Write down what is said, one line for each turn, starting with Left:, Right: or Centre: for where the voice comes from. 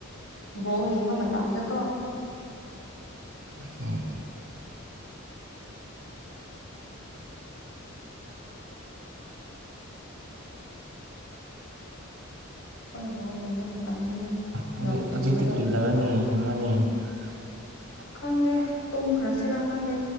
Left: ꯕꯣꯜ ꯌꯦꯡꯕ ꯃꯇꯝꯗꯀꯣ
Right: ꯎꯝ
Left: ꯑꯩꯈꯣꯏ ꯕꯣꯜ ꯌꯦꯡꯕ ꯃꯇꯝꯗꯅꯦ
Right: ꯍꯧꯖꯤꯛ
Left: ꯅꯣꯡ
Right: ꯍꯧꯖꯤꯛꯇꯤ
Left: ꯆꯨꯕꯗꯣ
Right: ꯀ꯭ꯔꯤ ꯇꯧꯔꯨꯅꯤ <unintelligible>
Left: ꯈꯪꯗꯦ ꯇꯨꯝꯈ꯭ꯔꯁꯤꯔ ꯈꯪꯗꯦ